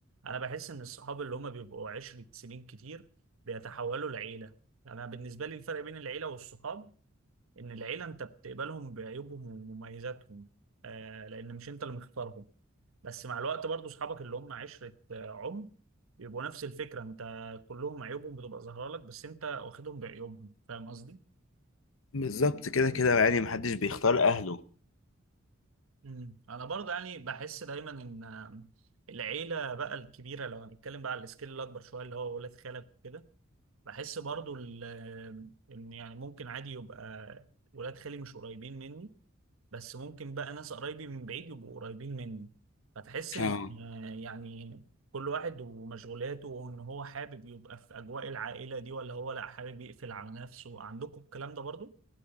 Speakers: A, on the right; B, on the left.
A: انا بحس ان الصحاب اللي هم بيبقوا عشرة سنين كتير بيتحولوا لعيله انا بالنسبه لي الفرق بين العيله والصحاب ان العيله انت بتقبلهم بعيوبهم ومميزاتهم آه لان مش انت اللي مختارهم بس مع الوقت برضو اصحابك اللي هم عشره آه، عمر يبقوا نفس الفكره انت كلهم عيوبهم بتبقى ظاهره لك بس انت واخدهم بعيوبهم فاهم قصدي
B: بالظبط كده كده يعني محدش بيختار اهله
A: امم انا برضو يعني بحس دايما ان آه، العيله بقى الكبيره لو هنتكلم بقى على السكيل الاكبر شويه اللي هو ولاد خالك وكده بحس برضو ال- آه، ان يعني ممكن عادي يبقى ولاد خالي مش قريبين مني بس ممكن بقى ناس قرايبي من بعيد يبقوا قريبين مني فتحس ان
B: اه
A: آه، يعني كل واحد ومشغولاته وان هو حابب يبقى في اجواء العائله دي ولا هو لا حابب يقفل على نفسه عندكم الكلام ده برضو؟